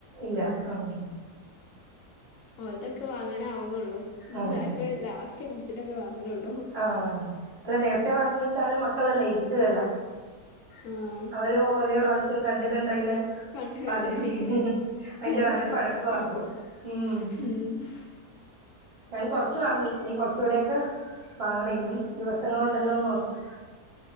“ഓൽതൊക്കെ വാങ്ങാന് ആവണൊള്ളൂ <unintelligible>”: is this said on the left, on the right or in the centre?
Left